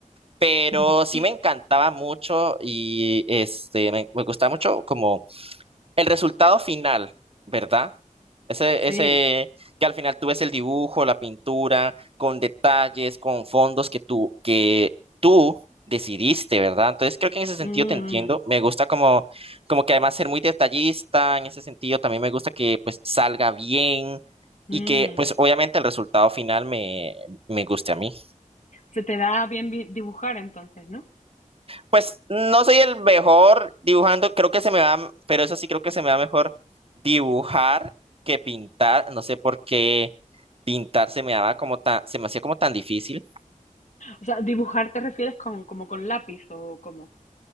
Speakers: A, on the right (about 45°); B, on the left (about 60°).
A: pero
B: <laughs>
A: sí me encantaba mucho y este, me, me gustaba mucho como el resultado final, ¿verdad? Ese,
B: sí.
A: ese que al final tú ves el dibujo, la pintura, con detalles, con fondos que tú, que tú decidiste, ¿verdad? Entonces creo que en ese sentido
B: Mm,
A: te entiendo. Me gusta como, como que además ser muy detallista, en ese sentido también me gusta que pues salga bien
B: mm.
A: y que pues obviamente el resultado final me, me guste a mí.
B: Se te da bien vi- dibujar entonces, ¿no?
A: Pues no soy el mejor dibujando, creo que se me va, pero eso sí creo que se me va mejor dibujar que pintar. No sé por qué pintar se me daba como tan, se me hacía como tan difícil.
B: O sea, dibujar te refieres con, como con lápiz o como.